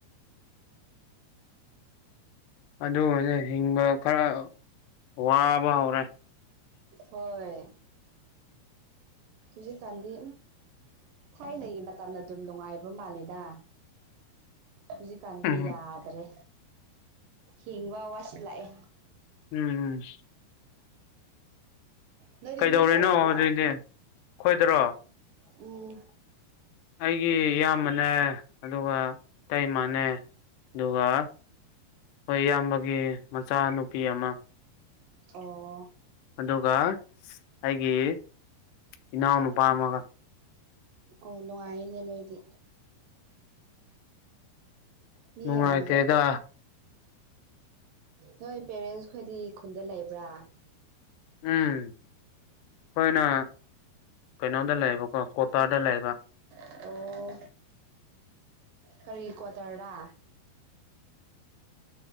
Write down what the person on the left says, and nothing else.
ꯑꯗꯨꯒꯅꯦ ꯍꯤꯡꯕ ꯈꯔ ꯋꯥꯕ ꯍꯧꯔꯦ
ꯎꯝ
ꯎꯝ ꯎꯝ
ꯀꯩꯗꯧꯔꯤꯅꯣ
ꯍꯧꯖꯤꯛꯗꯤ ꯈꯣꯏꯗꯔꯣ
ꯑꯩꯒꯤ ꯏꯌꯥꯝꯕꯅꯦ ꯑꯗꯨꯒ ꯏꯇꯩꯃꯥꯅꯦ ꯑꯗꯨꯒ ꯍꯣꯏ ꯏꯌꯥꯝꯕꯒꯤ ꯃꯆꯥꯅꯨꯄꯤ ꯑꯃ
ꯑꯗꯨꯒ ꯑꯩꯒꯤ ꯏꯅꯥꯎꯅꯨꯄꯥ ꯑꯃꯒ
ꯅꯨꯡꯉꯥꯏꯇꯦꯗ
ꯎꯝ ꯑꯩꯈꯣꯏꯅ ꯀꯩꯅꯣꯗ ꯂꯩꯕꯀꯣ ꯀꯣꯇꯥꯔꯗ ꯂꯩꯕ